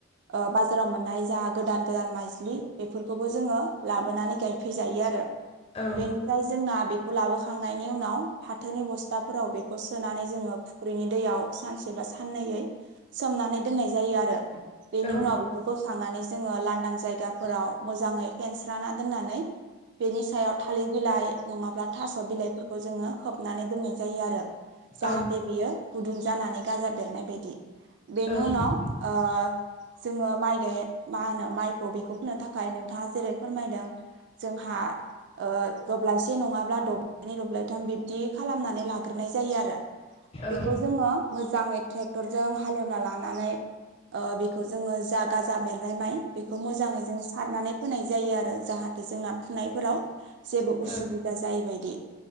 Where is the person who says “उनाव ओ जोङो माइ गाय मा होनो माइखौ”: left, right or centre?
Right